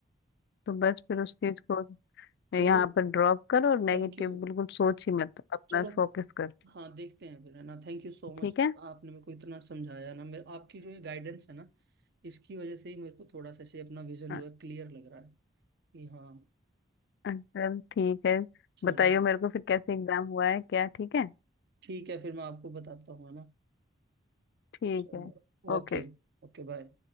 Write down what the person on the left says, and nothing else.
तो बस फिर उस चीज को
यहाँ पर ड्रॉप कर और नेगेटिव
बिल्कुल सोच ही मत अपना
फोकस कर
ठीक
है
चल ठीक है
बताइयो मेरे को फिर कैसे एग्जाम हुआ है क्या ठीक है
ठीक
है
ओके